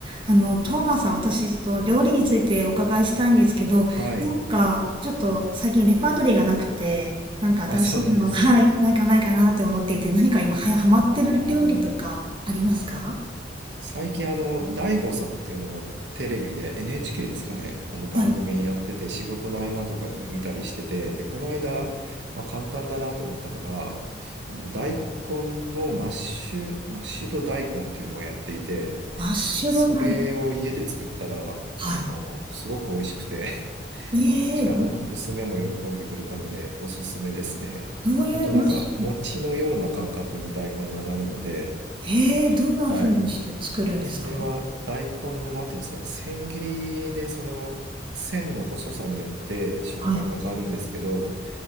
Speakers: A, on the right; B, on the right.
A: あの、トーマスさん、私、ちょっと料理についてお伺いしたいんですけど、
B: はい。
A: なんか、ちょっと最近レパートリーがなくて、なんか新しいの、
B: あ、そうなんですね。
A: <laughs> はい、ないかないかなって思っていて、何か今、はや、ハマってる料理とかありますか
B: ああ。最近あの、大悟さんっていうのがテレビで NHK ですかね。あの番組やってて、
A: はい。
B: 仕事の合間とかに見たりしてて、で、この間、まあ、簡単だなと思ったのが、あの、大根のマッシュ、マッシュド大根っていうのをやっていて、
A: マッシュドライン。
B: それを家で作ったら、
A: は
B: あの、すごく美味しくて
A: い。ええー、
B: しかも娘も喜んでくれたのでおすすめですね。
A: ど、どういう、
B: ほんとなんか餅のような感覚に大根がなるので、
A: マッシュ、ええー、どんな風にして作るんですか
B: はい。それは大根のなんていうんですかね、千切りでその線の細さによって食感が変わるんですけど、
A: はい。